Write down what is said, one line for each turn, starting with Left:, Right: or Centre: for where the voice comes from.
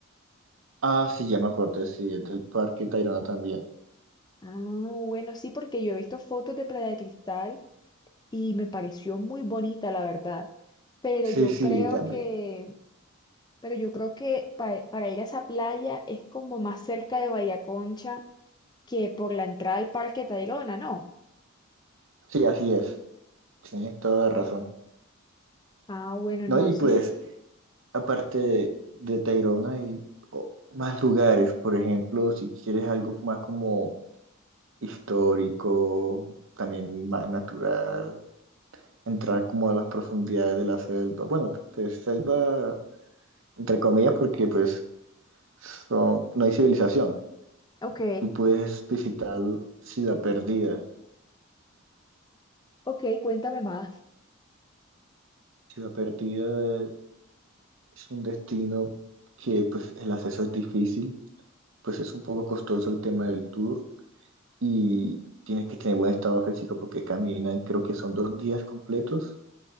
Right: Ah, sí, ya me acordé, sí, es del parque Tayrona también.
Left: Ah, bueno, sí, porque yo he visto fotos de Playa de Cristal y me pareció muy bonita, la verdad. Pero
Right: Sí,
Left: yo
Right: sí,
Left: creo
Right: también.
Left: que, pero yo creo que pa- para ir a esa playa es como más cerca de Bahía Concha que por la entrada al Parque Tayrona, ¿no?
Right: Sí, así es. Tienes toda la razón.
Left: Ah, bueno,
Right: No,
Left: no,
Right: y
Left: sí.
Right: pues, aparte de, de Tayrona, hay o- más lugares. Por ejemplo, si quieres algo más como histórico, también más natural, entrar como a las profundidades de la selva. Bueno, de selva entre comillas, porque pues son- no hay civilización.
Left: Ok,
Right: Tú puedes visitar Ciudad Perdida.
Left: ok, cuéntame más.
Right: Ciudad Perdida es un destino que pues el acceso es difícil, pues es un poco costoso el tema del tour y tienes que tener buen estado físico porque caminan, creo que son dos días completos